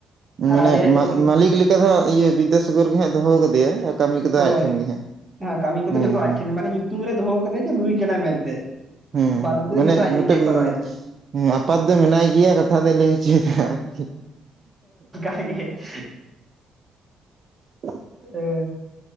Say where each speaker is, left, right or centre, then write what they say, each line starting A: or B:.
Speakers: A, on the right; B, on the right.
A: ᱟᱨ
B: ᱢᱟᱱᱮ
A: ᱟᱞᱮᱭᱟᱜ ᱡᱚᱠᱷᱚᱱ
B: ᱢᱟᱞᱤᱠ ᱞᱮᱠᱟ ᱫᱚ ᱦᱟᱸᱜ ᱤᱭᱟᱹ ᱵᱤᱫᱽᱫᱟᱥᱟᱜᱚᱨ ᱜᱮ ᱦᱟᱸᱜ ᱫᱚᱦᱚ ᱠᱟᱫᱮᱭᱟ ᱠᱟᱹᱢᱤ ᱠᱚᱫᱚ
A: ᱦᱳᱭ
B: ᱟᱡ ᱴᱷᱮᱱ ᱜᱮ ᱦᱟᱸᱜ
A: ᱠᱟᱹᱢᱤ ᱠᱚᱫᱚ
B: ᱦᱮᱸ
A: ᱡᱚᱛᱚ ᱟᱡ
B: ᱦᱮᱸ
A: ᱴᱷᱮᱱ ᱢᱟᱱᱮ ᱧᱩᱛᱩᱢ ᱨᱮ ᱫᱚᱦᱚ ᱠᱟᱫᱟᱭ ᱡᱮ ᱱᱩᱭ ᱠᱟᱱᱟᱭ ᱢᱮᱱᱛᱮ
B: ᱦᱩᱸ
A: ᱵᱟᱫᱽ ᱵᱟᱹᱠᱤ
B: ᱢᱟᱱᱮ
A: ᱫᱚ ᱡᱷᱚᱛᱚ ᱟᱡ
B: ᱢᱤᱫᱴᱮᱱ
A: ᱱᱤᱡᱮ ᱠᱚᱨᱟᱣ ᱮᱫᱟᱭ
B: ᱦᱮᱸ ᱟᱯᱟᱛ ᱫᱚ ᱢᱮᱱᱟᱭ ᱜᱮᱭᱟ ᱠᱟᱛᱷᱟ ᱫᱚᱭ ᱞᱟᱹᱭ ᱦᱚᱪᱚᱭᱮᱫᱟ ᱟᱨᱠᱤ
A: ᱦᱮᱦᱮᱜ
B: <inaudible>
A: ᱦᱮᱸ